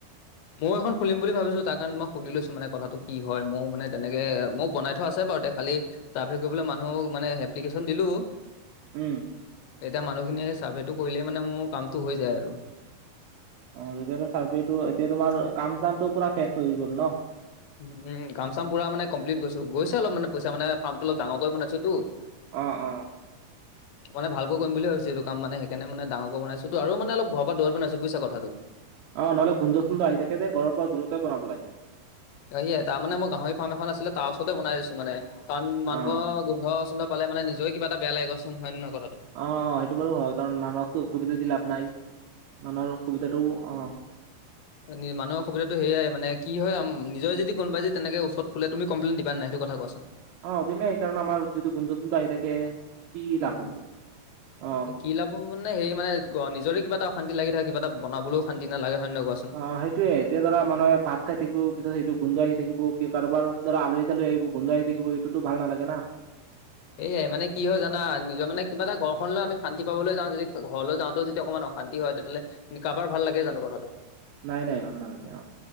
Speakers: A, on the left; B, on the right.
A: ময়ো এখন খুলিম বুলি ভাবিছোঁ তাৰ কাৰণে মই সুধি লৈছো মানে কথাটো কি হয় ময়ো মানে তেনেকে মোৰ বনাই থোৱা আছে বাৰু তে খালী চাৰ্ভে কৰিবলৈ মানুহক মানে এপ্লিকেশ্যন দিলো।
B: উম।
A: এতিয়া মানুহখিনিয়ে সেই চাৰ্ভেটো কৰিলেই মানে মোৰ কামটো হৈ যায় আৰু।
B: অ তেতিয়াটো চাৰ্ভেটো এতিয়া তোমাৰ কাম চামটো পুৰা শেষ হৈ গ'ল ন?
A: উম কাম চাম পুৰা মানে কমপ্লিট কৰিছোঁ গৈছে অলপ মানে নে পইচা মানে ফাৰ্মটো অলপ ডাঙৰ কৰি বনাইছোঁ তো।
B: অ অ।
A: <unintelligible> মান ভালকৈ কৰিম বুলি ভাবিছোঁ এইটো কাম মানে সেই কাৰণে ডাঙৰকে বনাইছো তো আৰু মানে অলপ ঘৰৰ পৰা দূৰত বনায়ছো বুইছা কথাটো?
B: অ নহলে গোন্ধ - চুন্দ আহি থাকে যে ঘৰৰ পৰা দূৰতে বনাব লাগে।
A: অ সি এ তাৰ মানে মই গাহৰি ফাৰ্ম এখন আছিলে তাৰ ওচৰতে বনাই দিছো মানে। কাৰণ মানুহৰ
B: অ
A: গোন্ধ - চোন্ধ পালে মানে নিজৰেও কিবা এটা বেয়া লাগে চোন হয় নে নহয় কথাটো?
B: অ অ সেইটো বাৰু হয় কাৰণ মানুহকতো অসুবিধা দি লাভ নাই, মানুহৰ অসুবিধাটো অ।
A: <unintelligible> অ নি মানুহ অসুবিধাটো সেয়াই মানে কি হয় নিজৰ যদি কোনোবা যদি যে তেনেকে ওচৰত খোলে তুমি কমপ্লেইন দিবা নাই সেইটো কথা কোৱাচোন?
B: অ দিমেই কাৰণ আমাৰ যদি গোন্ধ - চোন্ধ আহি থাকে। কি
A: উম,
B: লাভ হ'ব অ
A: এ কি লাভ মোৰ মানে হেৰি মানে গ নিজৰে কিবা এটা অশান্তি লাগি থাকে কিবা এটা বনাবলৈও শান্তি নালাগে হয় নহয় ক চো
B: অ সেইটোয়ে এতিয়া ধৰা মানুহে ধৰা ভাত খাই থাকিব পিছত সিটো গোন্ধ আহি থাকিব, কি কাৰোবাৰ ধৰা আলহী - তালহী আহিব গোন্ধ আহি থাকিব এইটোটো ভাল নালাগে না।
A: এইয়াই মানে কি হয় জানা নিজৰ মানে কিবা এটা ঘৰখন লৈ আমি শান্তি পাবলৈ যাওঁ যদি ঘৰলৈ যাওঁটো যদি অকণমান অ অশান্তি হয় তেতিয়াহ'লে কাৰোবাৰ ভাল লাগে জানো কথাটো?
B: নাই নাই ভাল নালাগে অ।